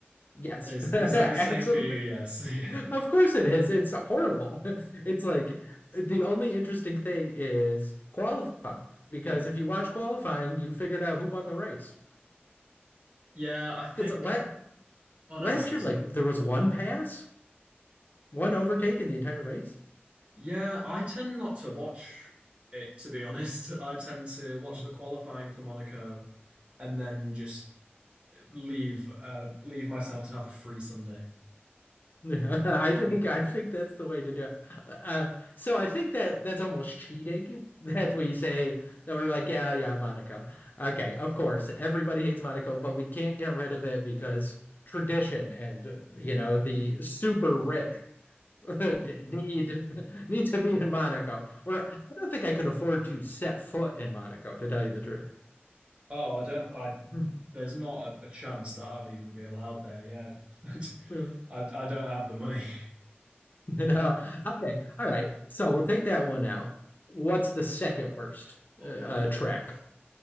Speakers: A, on the left; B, on the right.
A: Yes.
B: Is
A: <laughs> Absolutely.
B: is that the same for you? Yes. <laughs> Yeah.
A: Of course it is. It's horrible. <laughs> It's like the only interesting thing is qualifying because
B: Yeah.
A: if you watch qualifying, you figured out who won the race.
B: Yeah, I think.
A: Because la
B: Oh no,
A: last
B: what are
A: year,
B: you saying?
A: like there was one pass, one overtake in the entire race.
B: Yeah, I tend not to watch it, to be honest. <laughs> I tend to watch
A: Mm.
B: the qualifying for Monaco and then just leave uh leave myself to have a free Sunday.
A: <laughs> Yeah, I think I think that's the way to do it. Uh, so I think that that's almost cheating <laughs> that we say that we're like, yeah, yeah, Monaco. Okay, of course, everybody hates Monaco, but we can't get rid of it because tradition and uh,
B: Yeah.
A: you know the super rich <laughs> d- need <laughs> need to be in Monaco. Or I don't think I could afford to set foot in Monaco, to tell you the truth.
B: Oh, I don't I
A: Mhm.
B: there's not a, a chance that I'd even be allowed there. Yeah. <laughs>
A: Yeah. <laughs>
B: I I don't have the money.
A: No. Okay. All right. So we'll take that one out. What's the second worst
B: Oh,
A: uh, uh, track?